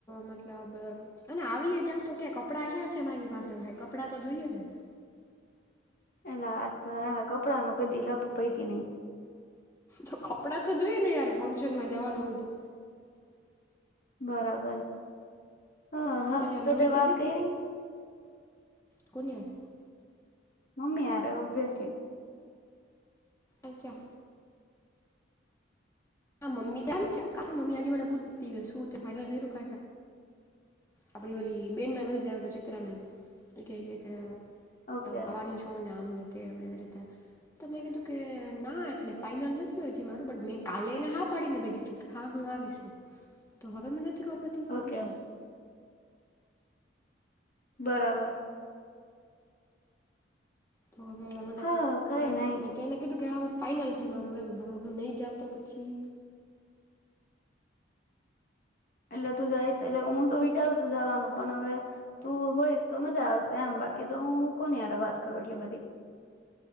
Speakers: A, on the left; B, on the left.
A: મતલબ અને આવીએ જાવ તો કે કપડા ક્યાં છે મારી પાસે ભાઈ કપડાં તો જોઈએને.
B: એટલે આ તો આ કપડા નો લપ કદી પૈતી નહી.
A: તો કપડાં તો જોઈએ ને યાર ફંક્શનમાં જવાનું હોય તો.
B: બરાબર. હા હા
A: એટલે
B: તો
A: મમ્મી
B: તે વાત
A: કહેતી
B: કયરી
A: ફરી આવ
B: મમ્મી હારે ઓબ્વિયસલી.
A: અચ્છા હા મમ્મી <inaudible> મમ્મી આજે મને પૂછતી <inaudible> આપડી ઓલી બેનને <inaudible> ચિત્રા ને તો એ કે ઓલા
B: ઓકે
A: તો આવાની છો ને આમને. તે અમે તેવી રીતે તો મે કીધુ કે ના એટલે ફાઈનલ નથી હજી મારું બટ મે કાલે. ને હુ હા પાડીને બેઠી છુ કે હા હું આવી. તો હવે મને નથી કે ખબર પડતી હું કરું
B: ઓકે
A: શું
B: બરાબર.
A: તો હવે મતલબ
B: હા કઈ
A: હવે
B: નહી.
A: મેં તેને કીધું કે હા હવે ફાઈનલ છે મારું એમ હવે હું નહી જાવ તો પછી.
B: એટલે તું જઈશ એટલે હું તો વિચારું છું જવાનું પણ હવે તું હોઈશ તો મજા આવશે એમ બાકી તો હું કોને યાર વાત કરું એટલે બધી.